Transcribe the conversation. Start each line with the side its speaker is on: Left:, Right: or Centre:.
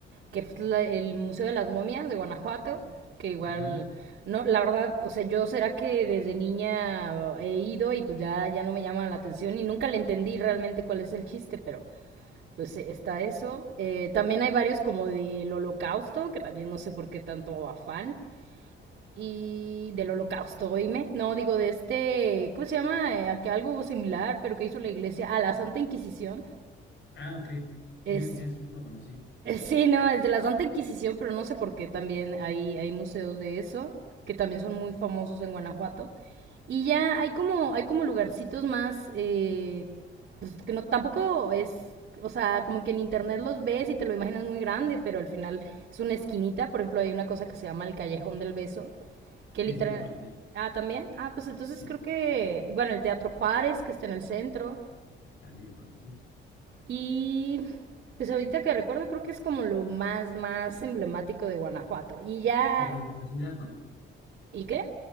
Right: que es la- el Museo de las Momias de Guanajuato, que igual,
Left: Ujú.
Right: no, la verdad, o sea, yo será que desde niña he ido y pues ya, ya no me llama la atención y nunca le entendí realmente cuál es el chiste, pero pues eh, está eso. Eh, también hay varios como del Holocausto, que también no sé por qué tanto afán y del holocausto, oíme. No, digo de este, ¿cómo se llama? Eh, que algo similar, pero que hizo la iglesia. a la Santa Inquisición.
Left: Ah, ok.
Right: Es,
Left: Sí, yo dije, sí, no lo conocí.
Right: eh, Sí, no, es de la Santa Inquisición, pero no sé por qué también hay, hay museos de eso, que también son muy famosos en Guanajuato. Y ya hay como, hay como lugarcitos más, eh, pues que no, tampoco es, o sea, como que en internet los ves y te lo imaginas muy grande, pero al final es una esquinita. Por ejemplo, hay una cosa que se llama el Callejón del Beso, que
Left: Sí,
Right: literal...
Left: sí, lo conocí.
Right: Ah, también. Ah, pues entonces
Left: Sí,
Right: creo que, bueno, el Teatro Juárez, que está en el centro.
Left: también lo conocí.
Right: Y pues ahorita que recuerdo creo que es como lo más, más emblemático de Guanajuato. Y ya...
Left: Y la universidad, ¿no?
Right: ¿Y qué?